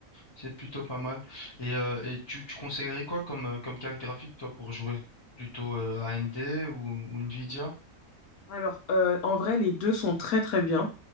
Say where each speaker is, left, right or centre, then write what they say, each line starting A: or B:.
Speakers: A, on the left; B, on the left.
A: c'est plutôt pas mal. Et, euh, et tu, tu conseillerais quoi comme, euh, comme carte graphique, toi, pour jouer? Plutôt euh, AMD ou, ou Nvidia?
B: Alors, euh, en vrai, les deux sont très très bien.